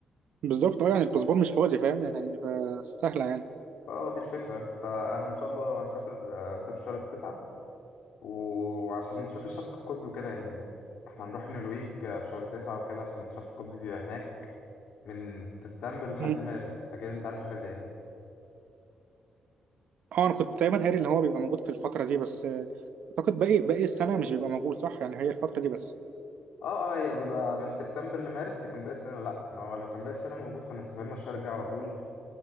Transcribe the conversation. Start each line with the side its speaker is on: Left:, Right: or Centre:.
Right: بالظبط اه يعني الباسبور مش فاضي فاهم يعني فسهله يعني
Left: فاه دي الفكرة فإن شاء الله هنسافر آه، هنسافر شهر تسعة وعشان نشوف الشفق القطبي وكده يعني احنا هنروح النرويج آه، في شهر تسعة وكده عشان الشفق القطبي بيبقى هناك من سبتمبر لحد
Right: مم.
Left: مارس أكيد أنت عارف حاجة زي دي
Right: اه انا كنت دايما قاري اللي هو بيبقى موجود في الفتره دي بس اعتقد باقي باقي السنه مش بيبقى موجود صح يعني هي الفتره دي بس
Left: اه اه هي بيبقى من سبتمبر لمارس لكن باقي السنة لأ ما هو لو كان باقي السنة موجود كنا سافرنا الشهر الجاي على طول